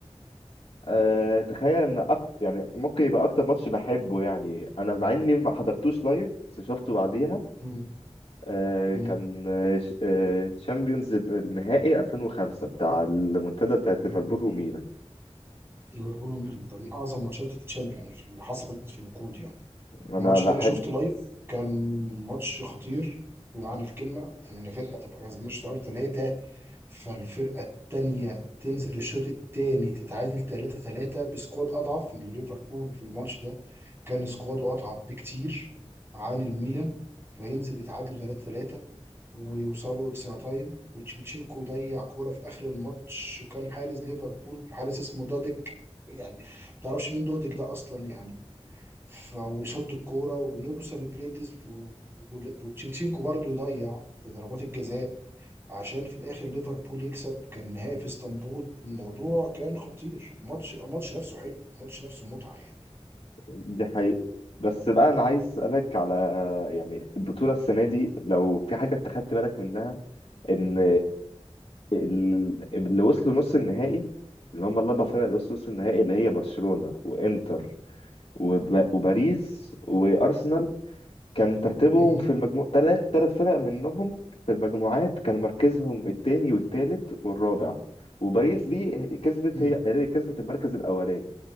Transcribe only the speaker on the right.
امم
امم
يعني
ليفربول وميدلتون من اعظم ماتشات الشامبيون يعني في- اللي حصلت في الوقود يعني
الماتش
ده انا شفته لايف كان ماتش خطير بمعنى الكلمه ان فرقه تبقى كسبانه الشوط الاول ثلاثه فالفرقه الثانيه تنزل الشوط الثاني تتعادل 3 3 بسكواد اضعف من ليفربول في الماتش ده كان سكواده اضعف بكتير عن الميلان فينزل يتعادلوا 3 ويوصلوا اكسترا تايم وتشيفتشينكو يضيع كوره في اخر الماتش كان حارس ليفربول حارس اسمه دوديك يعني ما تعرفش مين دوديك ده اصلا يعني ف- ويصد الكوره ونوصل لبلينتس و- و- وتشيفتشينكو برضه يضيع في ضربات الجزاء عشان في الاخر ليفربول يكسب كان نهائي في اسطنبول الموضوع كان خطير الماتش الماتش نفسه حلو الماتش نفسه متعه يعني
مهم.
مم.